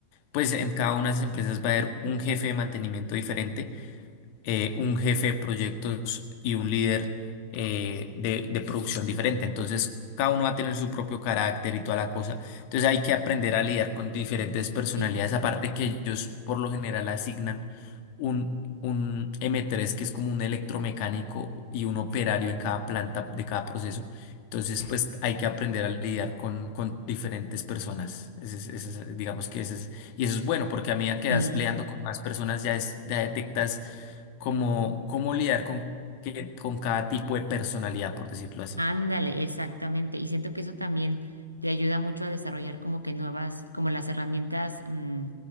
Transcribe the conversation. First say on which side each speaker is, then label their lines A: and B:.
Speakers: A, on the left; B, on the right.
A: pues en cada una de esas empresas va a haber un jefe de mantenimiento diferente eh, un jefe de proyectos y un líder eh, de, de producción diferente. Entonces, cada uno va a tener su propio carácter y toda la cosa. Entonces, hay que aprender a lidiar con diferentes personalidades,
B: sí,
A: aparte que ellos por lo general asignan un, un m tres que es como un electromecánico y un operario en cada planta de cada proceso. Entonces, pues hay que aprender a lidiar con, con diferentes personas. Ese es- ese es, digamos que ese es, y eso es bueno, porque a medida que
B: sí.
A: vas leando con más personas, ya, es- ya detectas cómo, cómo lidiar con, que, con cada tipo de personalidad, por decirlo así.
B: Ándale, exactamente. Y siento que eso también te ayuda mucho a desarrollar como que nuevas, como las herramientas mm,